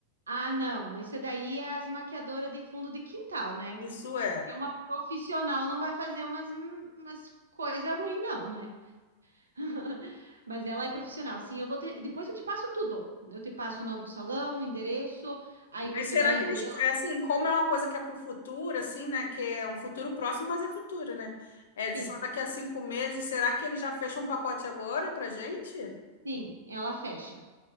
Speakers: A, on the right (about 75°); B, on the left (about 60°).
A: Ah, não. Esse daí é as maquiadoras de fundo de quintal, né?
B: Isso é.
A: Porque uma profissional não vai fazer umas, umas coisas ruins, não, né? <laughs> Mas ela é profissional, sim. Eu vou ter... Depois eu te passo tudo. Eu te passo o nome do salão, o endereço, aí
B: Mas
A: você
B: será
A: vai
B: que
A: ver.
B: eles,
A: lá.
B: é assim, como é uma coisa que é para o futuro, assim, né? Que é um futuro próximo, mas é futuro, né? É
A: Sim,
B: só daqui a cinco meses. Será que eles já fecham um pacote agora pra gente?
A: sim, ela fecha.